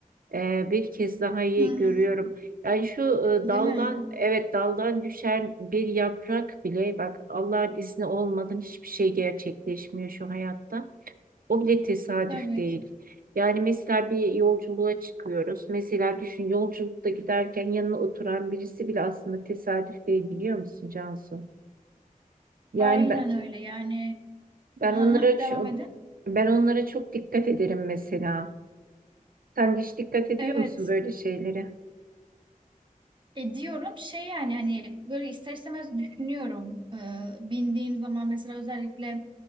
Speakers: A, on the right; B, on the right.
A: e, bir kez daha iyi
B: Hı hı.
A: görüyorum. Yani şu e,
B: Değil
A: daldan
B: mi?
A: evet daldan düşen bir yaprak bile bak Allah'ın izni olmadan hiçbir şey gerçekleşmiyor şu hayatta. O bile tesadüf
B: Tabii
A: değil.
B: ki.
A: Yani mesela bir yolculuğa çıkıyoruz. Mesela düşün yolculukta giderken yanına oturan birisi bile aslında tesadüf değil biliyor musun Cansu? Yani
B: Aynen
A: ben,
B: öyle. Yani
A: ben
B: hı
A: onlara
B: hı,
A: çok,
B: devam edin.
A: ben onlara çok dikkat ederim mesela. Sen de hiç dikkat ediyor
B: Evet.
A: musun böyle şeylere?
B: E diyorum şey yani hani böyle ister istemez düşünüyorum. Ee, bindiğim zaman mesela özellikle